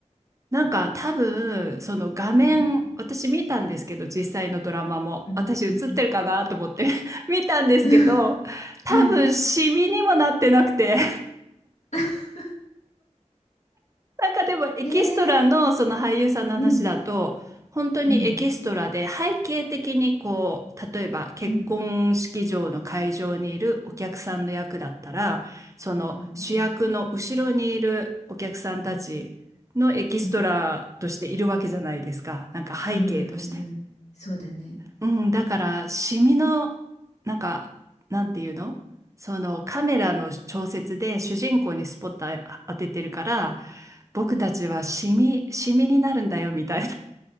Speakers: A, on the right (about 25°); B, on the left (about 65°).
A: なんか多分その画面私見たんですけど実際のドラマも私映ってるかなと思って
B: うんうんうん
A: <laughs> 見たんですけど多分シミにもなってなくて
B: うん。<laughs> うん。<laughs>
A: なんかでもエキストラのその俳優さんの話だと本当にエキストラで背景的にこう例えば結婚式場の会場にいるお客さんの役だったらその主役の後ろにいるお客さんたちのエキストラとしているわけじゃないですかなんか背景として。
B: えー、うんうんうんうんうんうんうんうんうんうんうんそうだね
A: うん、だからシミのなんかなんていうのそのカメラの調節で主人公にスポットあ当ててるから僕たちはシミシミになるんだよみたい
B: うん